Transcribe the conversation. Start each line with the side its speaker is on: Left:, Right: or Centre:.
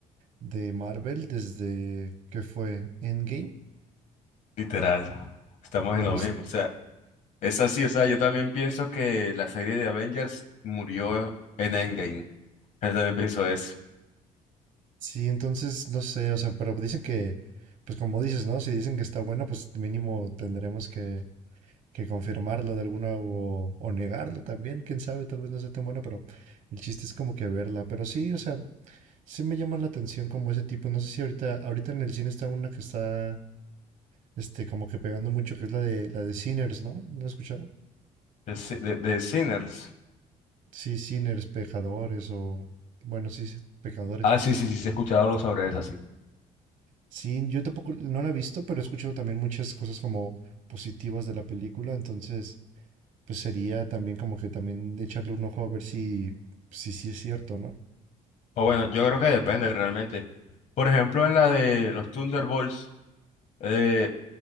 Right: de Marvel desde que fue Endgame,
Left: Literal, estamos
Right: ¿la
Left: en lo
Right: viste?
Left: mismo. O sea, Es así, o sea, yo también pienso que la serie de Avengers murió en Endgame. Yo también pienso eso.
Right: Sí, entonces no sé, o sea, pero dicen que, pues como dices, ¿no? Si dicen que está bueno, pues mínimo tendremos que, que confirmarlo de alguna o, o negarlo también, quién sabe, tal vez no sea tan bueno, pero el chiste es como que verla. Pero sí, o sea, sí me llaman la atención como ese tipo. No sé si ahorita, ahorita en el cine está una que está, este, como que pegando mucho, que es la de la de Sinners, ¿no? ¿No has escuchado?
Left: De, Si- de- de Sinners.
Right: Sí, Sinners, pecadores o, bueno, sí, sí, pecadores.
Left: Ah, sí, sí, sí, sí, he escuchado algo sobre eso, sí.
Right: Sí, yo tampoco no la he visto, pero he escuchado también muchas cosas como positivas de la película, entonces pues sería también como que también echarle un ojo a ver si si sí es cierto, ¿no?
Left: O bueno, yo creo que depende realmente. Por ejemplo, en la de los Thunderbolts, eh,